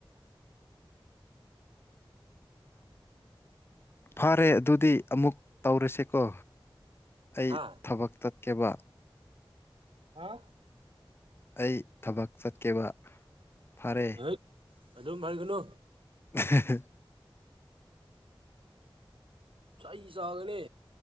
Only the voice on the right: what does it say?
<inaudible>
ꯍꯥ
ꯍꯥ
ꯍꯦꯠ ꯑꯗꯨꯝ ꯍꯥꯏꯒꯅꯨ
ꯆꯩ ꯆꯥꯒꯅꯤ